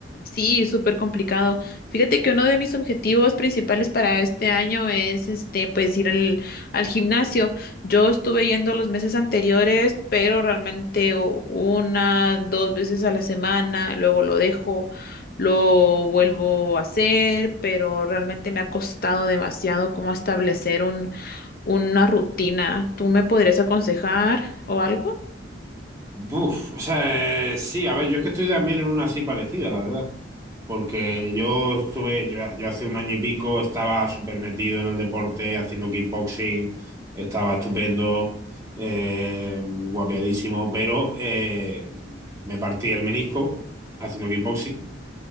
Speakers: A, on the left (about 50°); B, on the right (about 15°).
A: Sí, súper complicado. Fíjate que uno de mis objetivos principales para este año es este, pues ir al, al gimnasio. Yo estuve yendo los meses anteriores, pero realmente o- una, dos veces a la semana, luego lo dejo, lo vuelvo a hacer, pero realmente me ha costado demasiado como establecer un, una rutina. ¿Tú me podrías aconsejar o algo?
B: Buf, o sea, eh, sí, a ver, yo es que estoy también en una así parecida, la verdad. Porque yo estuve, yo, yo hace un año y pico estaba súper metido en el deporte, haciendo kickboxing, estaba estupendo, eh, guapiadísimo, pero eh, me partí el menisco haciendo kickboxing.